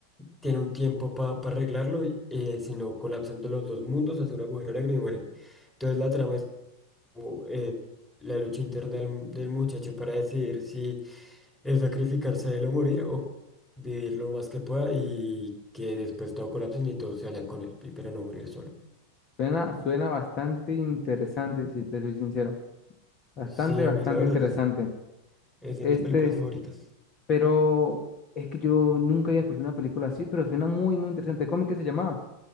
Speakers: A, in the centre; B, on the left.
A: tiene un tiempo para arreglarlo, y, eh, sino colapsando los dos mundos, hace un agujero negro y mueren. Entonces la trama es como, eh, la lucha interna del, del muchacho para decidir si es sacrificarse de lo morir o vivir lo más que pueda y que después todo colapse y todos se vayan con él, pe- pero no morir solo.
B: suena, suena bastante interesante, si te soy sincero. Bastante,
A: Sí,
B: bastante
A: a mí la verdad
B: interesante.
A: es, es de
B: Este,
A: mis películas favoritas.
B: pero es que yo nunca había escuchado una película así, pero suena muy, muy interesante. ¿Cómo es que se llamaba?